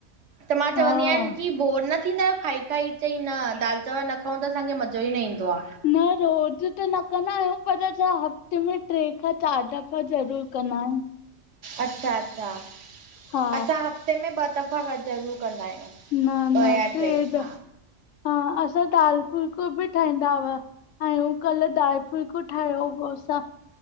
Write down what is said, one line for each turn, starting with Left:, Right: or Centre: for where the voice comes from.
Right: त मां
Left: हा
Right: चवंदी आहियां की बोर न थींदा आहियो खाई खाई चईं न दालि चांवर न खाऊं त असांखे मज़ो ई न ईंदो आ।
Left: न रोज़ त न कंदा आहियूं पर छा हफ़्ते में ट्रे खां चारि दफ़ा ज़रूर कंदा आहु।
Right: अच्छा, अच्छा
Left: हा
Right: असां हफ़्ते में ॿ दफ़ा ज़रूर कंदा आहियूं।
Left: न
Right: ॿ
Left: न
Right: या
Left: ट्रै
Right: टे
Left: त
Right: हा
Left: हा असां दाल फुलको बि ठाहींदा हुआ। आयूं कल्ह दाल फुलको ठाहियो हो असां।